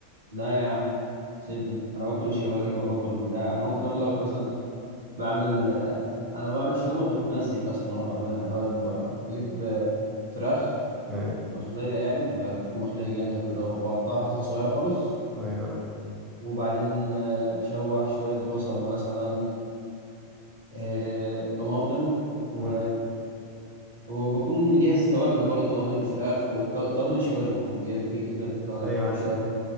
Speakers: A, on the right; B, in the centre.
A: لا يا عم سيبني أنا باكل شاورما باكل بتاع أنا ممكن أقول لك مثلا بعمل آه، أنا بعمل شاورما بتمزج أصلا أنا بعملها اللي هو ب- بجيب ب- فراخ
B: ايوه
A: مخلية يعني ب- بتكون مخلية جاهزة كده وبقطعها حتت صغيرة خالص
B: ايوه عارف
A: وبعدين آه، أشوح شوية بصل مثلا آه، طماطم و
B: مم.
A: وبكون مجهز توابل برضه توابل فراخ وتوابل شاورما بكون جايب في كده تو-
B: ايوه
A: توابل
B: عارفها
A: شاورما